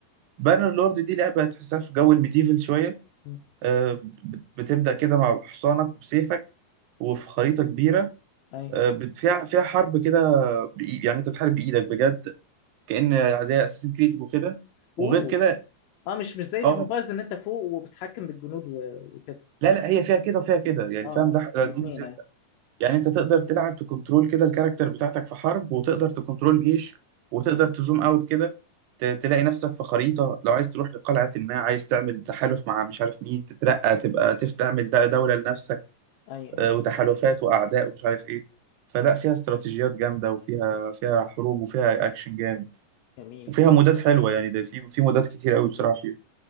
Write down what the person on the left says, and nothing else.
م.
ايوه
اوه
اه مش مش زي ايج
اوف امبايرز ان انت فوق وبتحكم بالجنود و... وكده
اه
الاثنين
ايوه
ايوه
ايوه
جميل
جميل